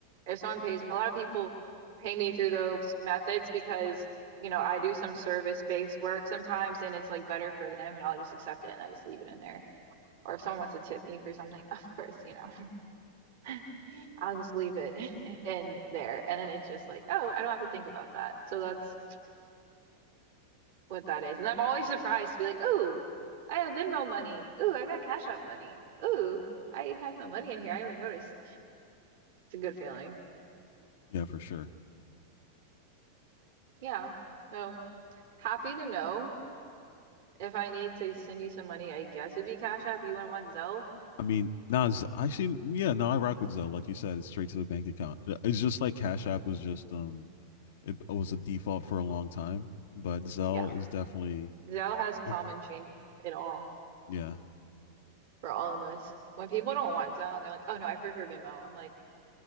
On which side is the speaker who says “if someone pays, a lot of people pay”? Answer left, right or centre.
Right